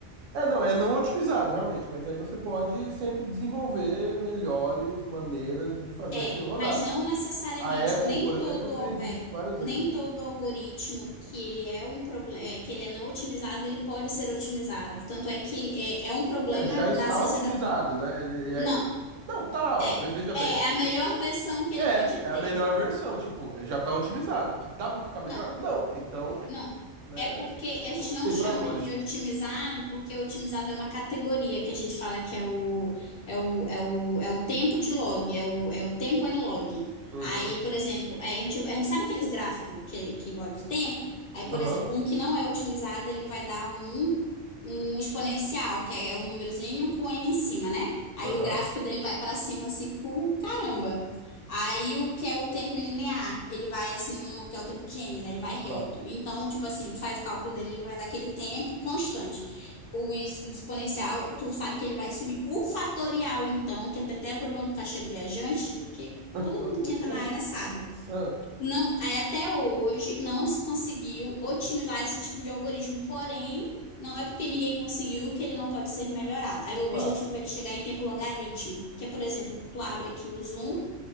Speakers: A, on the right (about 75°); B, on the left (about 50°).
A: é, não, é não otimizado, realmente, mas aí você pode sempre desenvolver melhores maneiras de fazer
B: É,
A: aquilo rodar.
B: mas não necessariamente.
A: A Apple,
B: Nem
A: por exemplo,
B: todo.
A: fez
B: É,
A: isso várias
B: nem
A: vezes.
B: todo algoritmo que ele é um problema, que ele é não otimizado, ele pode ser otimizado. Tanto é que é, é um problema
A: É, Ele já está
B: da ciência
A: otimizado,
B: da
A: né? Ele é-
B: Não,
A: é, não, tá, ó,
B: é.
A: ve- veja
B: É
A: bem
B: é
A: assim.
B: a melhor versão que ele
A: É,
B: pode
A: é
B: ter.
A: a melhor versão, tipo, já tá otimizado. Tipo, dá pra ficar melhor?
B: Não,
A: Não. Então,
B: não.
A: né,
B: É porque
A: é, o
B: a gente
A: é o que
B: não
A: tem
B: chama
A: pra hoje.
B: ele de otimizado, porque otimizado é uma categoria que a gente fala que é o, é o, é o, é o tempo de log, é o, é o tempo em log.
A: Uhum,
B: Aí, por exemplo, é, a gente, a gente sabe aqueles gráficos que, que olha de tempo? Aí, por
A: aham,
B: exemplo, um que não é otimizado, ele vai dar um, um exponencial, que é um númerozinho com n em cima, né? Aí
A: aham,
B: o gráfico dele vai para cima assim com caramba. Aí o que é o tempo linear, ele vai assim no que é o tempo de n, né? Ele vai
A: claro.
B: reto. Então, tipo assim, tu faz o cálculo dele, ele vai dar aquele tempo constante. O ex- exponencial, tu sabe que ele vai subir. O fatorial, então, que tem até o problema do caixeiro viajante, que
A: <laughs>
B: todo mundo
A: Como
B: que
A: é
B: entra
A: que é?
B: na área sabe.
A: Ah,
B: Não, aí até hoje não se conseguiu otimizar esse tipo de algoritmo, porém, não é porque ninguém conseguiu que ele não pode ser melhorado. Aí o
A: claro,
B: objetivo é ele chegar em tempo logarítmico, que é, por exemplo, tu abre aqui o Zoom